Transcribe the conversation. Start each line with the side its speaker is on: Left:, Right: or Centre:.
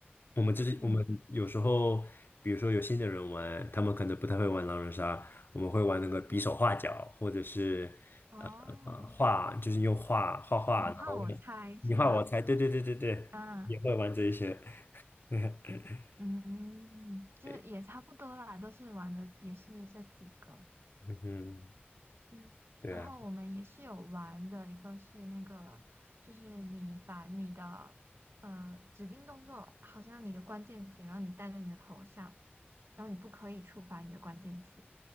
Left: 我们就是我们有时候，
Right: 嗯，
Left: 比如说有新的人玩，他们可能不太会玩狼人杀，我们会玩那个比手画脚，或者是呃呃画，
Right: 哦。
Left: 就是用画画画，
Right: 你换我猜是吧？
Left: 然后你画我猜，对对对对对，
Right: 啊，
Left: 也会玩这一些。<laughs>
Right: 嗯，就也差不多啦，
Left: 对，
Right: 都是玩的也是这几个，
Left: 嗯哼，
Right: 嗯，
Left: 对啊，
Right: 然后我们也是有玩的，一个是那个，就是你把你的呃指定动作，好像你的关键词，然后你戴在你的头上，然后你不可以触发你的关键词